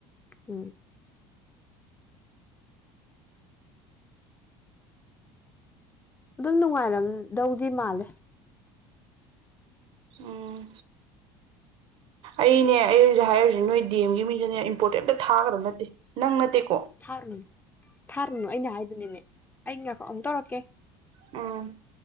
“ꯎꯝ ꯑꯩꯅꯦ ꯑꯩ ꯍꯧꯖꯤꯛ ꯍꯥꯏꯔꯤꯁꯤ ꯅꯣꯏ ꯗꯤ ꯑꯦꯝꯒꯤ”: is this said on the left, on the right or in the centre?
Right